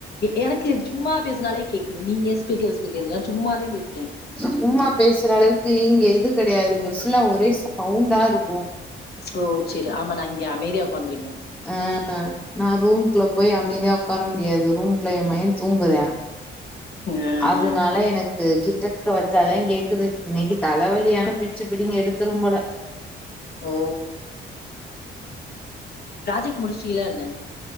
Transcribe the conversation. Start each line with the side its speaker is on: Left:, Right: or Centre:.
Left: எனக்கு சும்மா பேசினாலே கேக்குது நீங்க ஸ்பீ்க்கர் ஸ்பீக்கர்ங்க சும்மாதே பேசுறே
Centre: சும்மா பேசுற அளவுக்கு இங்க இது கெடையாது இங்க ஃபுல்லா ஒரே சவுண்டா இருக்கு
Left: ஓ சேரி ஆமா நா இங்க அமைதியா உக்காந்துருக்கே
Centre: அ நா ரூம்குள்ள போய் அமைதியா உக்கார முடியாது ரூம்குள்ள ஏ மகே தூங்குறா
Left: ஆ
Centre: அதுனால எனக்கு கிட்ட க்க வச்சாதே கேக்குது இன்னிக்கு தலவலியான பிச்சு பிடிங்கி எடுத்திரு போல
Left: ஓ ப்ராஜெக்ட் முடிச்சிடிளா என்ன